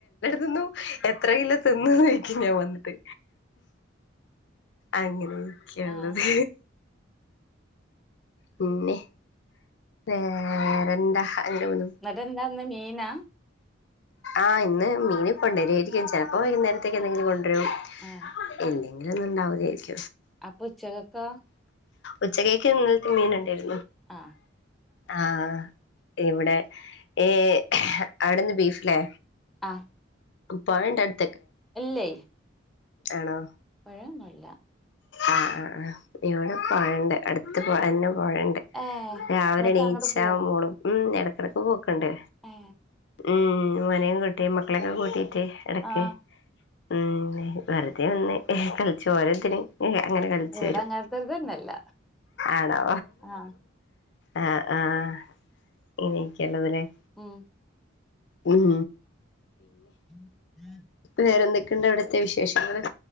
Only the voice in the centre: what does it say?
ആഹ്
എന്നിട്ടേ എന്താന്നെ മീനാ
ആ
അപ്പൊ ഉച്ചകക്കോ
ആ
ആ
ഇല്ലേ
പുഴന്നുല്ല
ഏ
എന്നിട്ട്
അങ്ങോട്ട് പോ
ഏ
ആ
ഇവിടെ
അങ്ങനത്തെരുതന്നെല്ല
ആ
ഉം
ഉ ഉം